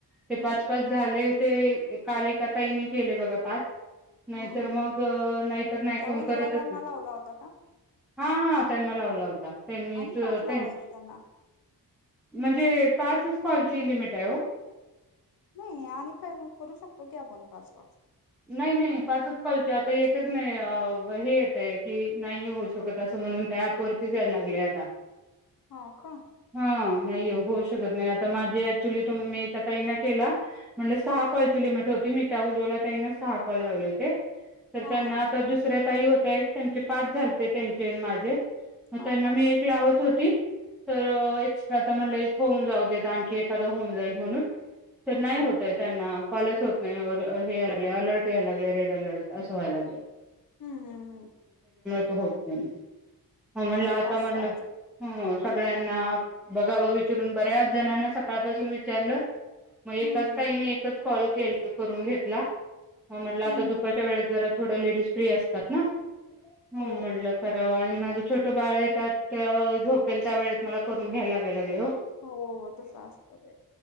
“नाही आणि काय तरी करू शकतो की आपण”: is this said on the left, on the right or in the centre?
Left